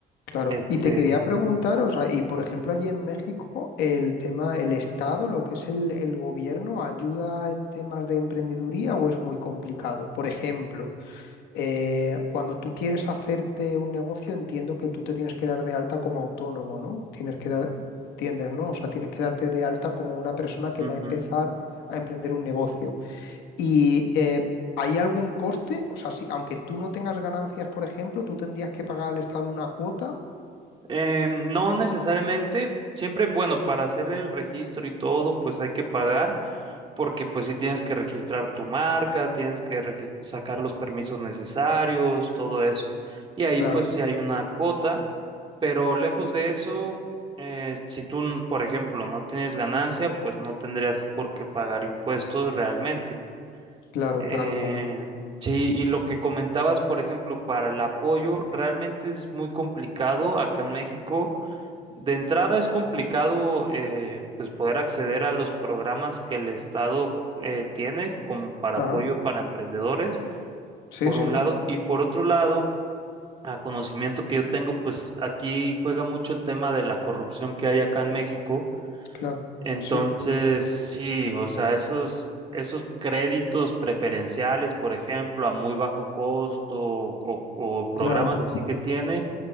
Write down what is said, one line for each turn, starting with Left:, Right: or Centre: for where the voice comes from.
Left: Claro,
Right: Este,
Left: y te quería preguntar, o sea, y por ejemplo allí en México, el tema, el Estado, lo que es el, el gobierno, ¿ayuda en temas de emprendeduría o es muy complicado? Por ejemplo, eh, cuando tú quieres hacerte un negocio, entiendo que tú te tienes que dar de alta como autónomo, ¿no? Tienes que dar, entiendes, ¿no? O sea, tienes que darte de alta como una persona que
Right: ujú.
Left: va a empezar a emprender un negocio. Y eh, ¿Hay algún coste? O sea, si, aunque tú no tengas ganancias, por ejemplo, tú tendrías que pagar al Estado una cuota.
Right: Eh, no necesariamente, siempre, bueno, para hacer el registro y todo, pues hay que pagar, porque pues sí tienes que registrar tu marca, tienes que regis- sacar los permisos necesarios, todo eso. Y ahí
Left: Claro.
Right: pues sí hay una cuota, pero lejos de eso, eh, si tú, n- por ejemplo, no tienes ganancia, pues no tendrías por qué pagar impuestos realmente.
Left: Claro,
Right: Eh,
Left: claro, claro.
Right: sí, y lo que comentabas, por ejemplo, para el apoyo, realmente es muy complicado acá en México de entrada es complicado eh, pues poder acceder a los programas que el Estado eh, tiene como para
Left: Ajá.
Right: apoyo para emprendedores,
Left: Sí,
Right: por
Left: sí,
Right: un
Left: sí.
Right: lado, y por otro lado, a conocimiento que yo tengo, pues aquí juega mucho el tema de la corrupción que hay acá en México.
Left: Claro.
Right: Entonces,
Left: Sí,
Right: sí, o sea, esos, esos créditos preferenciales, por ejemplo, a muy bajo costo o o programas
Left: claro.
Right: así que tiene.